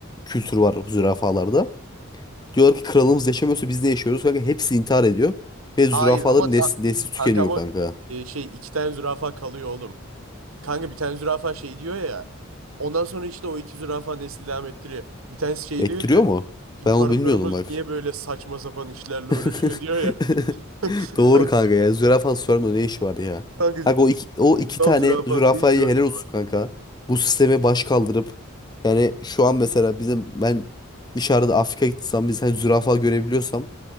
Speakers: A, on the left; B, on the right.
A: kültür var zürafalarda. Diyorlar ki kralımız yaşamıyorsa biz ne yaşıyoruz? Kanka hepsi intihar ediyor. Ve zürafaların
B: Hayır ama ta-
A: nesli, nesli tükeniyor
B: kanka ama
A: kanka.
B: e, şey iki tane zürafa kalıyor oğlum. Kanka bir tane zürafa şey diyor ya. Ondan sonra işte o iki zürafa nesli devam ettiriyor. Bir tanesi şey
A: Ettiriyor
B: diyor ya.
A: mu?
B: İmparatorumuz
A: Ben onu bilmiyordum bak.
B: niye böyle saçma sapan işlerle
A: <laughs>
B: uğraşıyor diyor ya. <laughs>
A: Doğru kanka ya. Zürafa sorma ne işi var ya.
B: Kanka
A: Kanka o iki, o iki
B: kral
A: tane
B: zürafa
A: zürafayı
B: ne yapıyor?
A: helal olsun
B: falan.
A: kanka. Bu sisteme baş kaldırıp yani şu an mesela bizim ben dışarıda Afrika gitsem biz hani zürafa görebiliyorsam